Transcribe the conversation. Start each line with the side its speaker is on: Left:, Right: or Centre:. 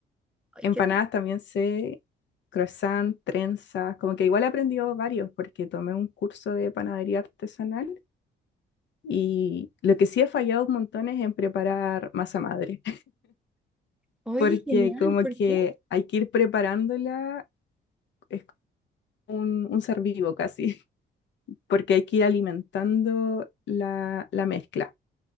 Centre: Ay,
Left: Empanadas
Centre: qué rico.
Left: también sé, croissant, trenzas, como que igual he aprendido varios porque tomé un curso de panadería artesanal y lo que sí he fallado un montón es en preparar masa madre, <laughs>
Centre: Oye,
Left: porque
Centre: genial,
Left: como
Centre: ¿por
Left: que
Centre: qué?
Left: hay que ir preparándola, es como un, un ser vivo casi, <laughs> porque hay que ir alimentando la, la mezcla.